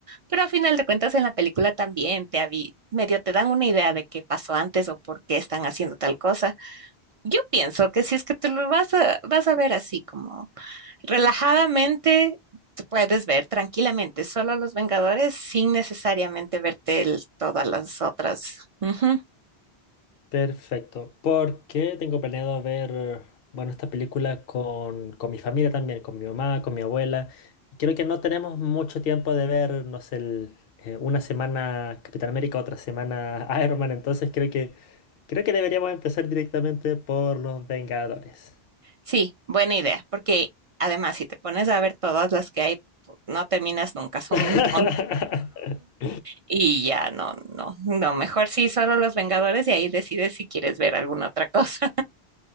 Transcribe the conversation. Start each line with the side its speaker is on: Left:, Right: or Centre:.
Right: Pero a final de cuentas, en la película también te avi- medio te dan una idea de qué pasó antes o por qué están haciendo tal cosa. Yo pienso que si es que te lo vas a, vas a ver así como relajadamente tú puedes ver tranquilamente solo Los Vengadores sin necesariamente verte el- todas las otras. Ujú.
Left: <laughs> Perfecto. Porque tengo planeado ver, bueno, esta película con, con mi familia también, con mi mamá, con mi abuela. Y creo que no tenemos mucho tiempo de ver, no sé, el, eh, una semana Capitán América, otra semana <laughs> Iron Man. Entonces creo que, creo que deberíamos empezar directamente por Los Vengadores.
Right: Sí, buena idea, porque además si te pones a ver todas las que hay, pu- no terminas nunca, son
Left: <laughs>
Right: un montón y ya no, no, no, mejor sí solo Los Vengadores y ahí decides si quieres ver alguna otra cosa.